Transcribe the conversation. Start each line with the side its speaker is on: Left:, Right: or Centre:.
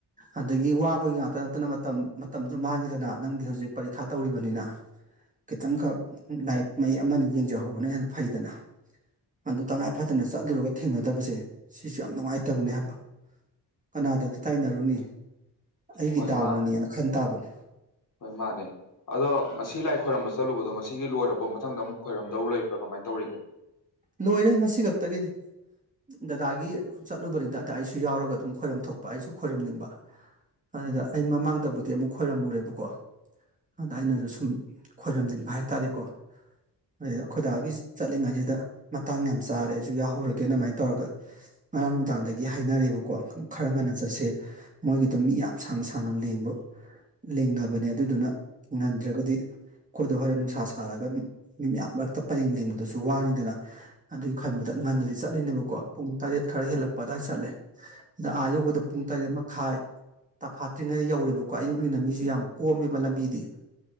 Right: ꯑꯗꯒꯤ ꯋꯥꯕꯒꯤ ꯉꯥꯛꯇ ꯅꯠꯇꯅ ꯃꯇꯝ ꯃꯇꯝꯁꯨ ꯃꯥꯡꯉꯤꯗꯅ ꯅꯪꯗꯤ ꯍꯧꯖꯤꯛ ꯄꯔꯤꯈꯥ ꯇꯧꯔꯤꯕꯅꯤꯅ ꯈꯤꯇꯪꯈꯛ ꯂꯥꯏꯔꯤꯛ ꯃꯌꯦꯛ ꯑꯃ ꯑꯅꯤ ꯌꯦꯡꯖꯍꯧꯕꯅ ꯍꯦꯟꯅ ꯐꯩꯗꯅ ꯑꯗꯨ ꯇꯉꯥꯏ ꯐꯗꯅ ꯆꯠꯂꯨꯔꯒ ꯊꯦꯡꯅꯗꯕꯁꯦ ꯁꯤꯁꯨ ꯌꯥꯝ ꯅꯨꯡꯉꯥꯏꯇꯕꯅꯦ ꯍꯥꯏꯕ ꯀꯅꯥꯗꯗꯤ ꯇꯥꯏꯅꯔꯨꯅꯤ ꯑꯩꯒꯤ
Left: ꯍꯣꯏ
Right: ꯗꯥꯎꯅꯅꯦꯅ
Left: ꯃꯥ
Right: ꯈꯟ ꯇꯥꯕꯅꯦ
Left: ꯍꯣꯏ ꯃꯥꯅꯦ ꯑꯗꯣ ꯉꯁꯤ ꯂꯥꯏ ꯈꯣꯏꯔꯝꯕ ꯆꯠꯂꯨꯕꯗꯣ ꯉꯁꯤꯒꯤ ꯂꯣꯏꯔꯕ ꯃꯊꯪꯗ ꯑꯃꯨꯛ ꯈꯣꯏꯔꯝꯗꯧ ꯂꯩꯕ꯭ꯔꯥ ꯀꯃꯥꯏꯅ ꯇꯧꯔꯤꯒꯦ
Right: ꯅꯣꯏꯔꯦ ꯉꯁꯤ ꯈꯛꯇꯒꯤꯅꯤ ꯗꯗꯥꯗꯥꯒꯤ ꯆꯠꯂꯨꯕꯅꯤ ꯗꯗꯥ ꯑꯩꯁꯨ ꯌꯥꯎꯔꯒ ꯑꯗꯨꯝ ꯈꯣꯏꯔꯝ ꯊꯣꯛꯄ ꯑꯩꯁꯨ ꯈꯣꯏꯔꯝꯅꯤꯡꯕ ꯑꯗꯨꯗ ꯑꯩ ꯃꯃꯥꯡꯗꯕꯨꯗꯤ ꯑꯃꯨꯛ ꯈꯣꯏꯔꯝꯃꯨꯔꯦꯕꯀꯣ ꯑꯗ ꯑꯩꯅꯖꯨ ꯁꯨꯝ ꯈꯣꯏꯔꯝꯅꯤꯡꯕ ꯍꯥꯏ ꯇꯔꯦꯀꯣ ꯑꯩꯈꯣꯏꯗꯥꯒꯤ ꯆꯠꯂꯤꯉꯩꯖꯤꯗ ꯃꯇꯥꯡ ꯌꯥꯝ ꯆꯥꯔꯦ ꯑꯩꯖꯨ ꯌꯥꯍꯧꯔꯒꯦ ꯑꯗꯨꯃꯥꯏꯅ ꯇꯧꯔꯒ ꯉꯔꯥꯡ ꯅꯨꯡꯗꯥꯡꯗꯒꯤ ꯍꯥꯏꯅꯔꯦꯕꯀꯣ ꯈꯔ ꯉꯟꯅ ꯆꯠꯁꯦ ꯃꯣꯏꯒꯤꯗꯣ ꯃꯤ ꯌꯥꯝ ꯁꯥꯡꯅ ꯁꯥꯡꯅ ꯂꯦꯡꯕ ꯂꯦꯡꯅꯕꯅꯦ ꯑꯗꯨꯗꯨꯅ ꯉꯟꯗ꯭ꯔꯒꯗꯤ ꯑꯩꯈꯣꯏꯗꯣ ꯍꯣꯔꯦꯟ ꯅꯨꯡꯁꯥ ꯁꯥꯔꯒ ꯃꯤ ꯃꯌꯥꯝ ꯃꯔꯛꯇ ꯄꯔꯦꯡ ꯂꯦꯡꯕꯗꯨꯁꯨ ꯋꯥꯅꯤꯗꯅ ꯑꯗꯨꯒꯤ ꯈꯟꯕꯗ ꯉꯟꯅꯗꯤ ꯆꯠꯂꯤꯅꯦꯕꯀꯣ ꯄꯨꯡ ꯇꯔꯦꯠ ꯈꯔ ꯍꯦꯜꯂꯛꯄ ꯑꯗꯨꯋꯥꯏ ꯆꯠꯂꯦ ꯑꯗ ꯑꯥ ꯌꯧ ꯄꯨꯡ ꯇꯔꯦꯠ ꯃꯈꯥꯏ ꯇꯐꯥꯠꯇ꯭ꯔꯤꯉꯩ ꯌꯧꯔꯦꯕꯀꯣ ꯑꯌꯨꯛꯅꯤꯅ ꯃꯤꯁꯨ ꯌꯥꯝ ꯀꯣꯝꯃꯦꯕ ꯂꯝꯕꯤꯗꯤ